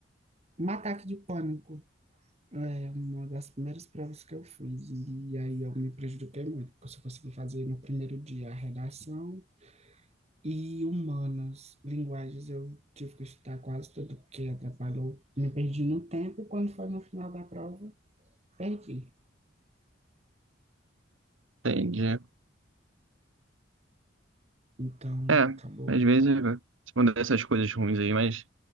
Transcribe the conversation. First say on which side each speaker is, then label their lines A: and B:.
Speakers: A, on the right; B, on the right.
A: um ataque de pânico. É uma das primeiras provas que eu fiz, e aí eu me prejudiquei muito, porque eu só consegui fazer no primeiro dia a redação e humanas, linguagens, eu tive que estudar quase tudo, porque atrapalhou. Me perdi no tempo, e quando foi no final da prova, perdi.
B: Entendi.
A: Então,
B: É,
A: acabou.
B: às vezes é, se mandar essas coisas ruins aí, mas